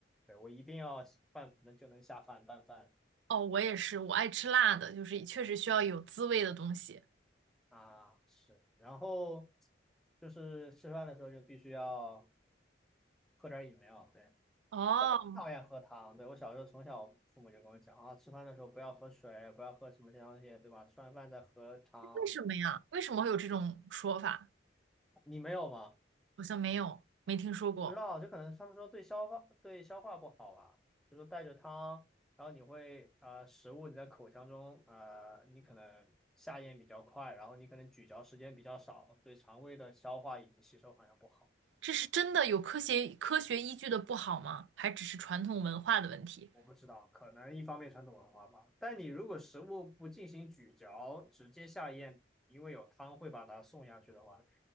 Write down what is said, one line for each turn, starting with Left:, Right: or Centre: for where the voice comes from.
Centre: 对，我一定要拌，能就能下饭拌饭
Right: 哦，我也是，我爱吃辣的，就是确实需要有滋味的东西。
Centre: 啊，是。然后就是吃饭的时候就必须要喝点饮料，对。
Right: 哦，
Centre: 但我不讨厌喝汤，对，我小时候从小父母就跟我讲啊，吃饭的时候不要喝水，不要喝什么这些东西，对吧？吃完饭再喝汤。
Right: 为什么呀？为什么会有这种说法？
Centre: 你没有吗？
Right: 好像没有，没听说过。
Centre: 不知道，就可能他们说对消化对消化不好，就说带着汤，然后你会呃食物你在口腔中呃你可能下咽比较快，然后你可能咀嚼时间比较少，对肠胃的消化以及吸收好像不好。
Right: 这是真的有科学科学依据的不好吗？还只是传统文化的问题？
Centre: 我不知道，可能一方面传统文化吧。但你如果食物不进行咀嚼，直接下咽，因为有汤会把它送下去的话，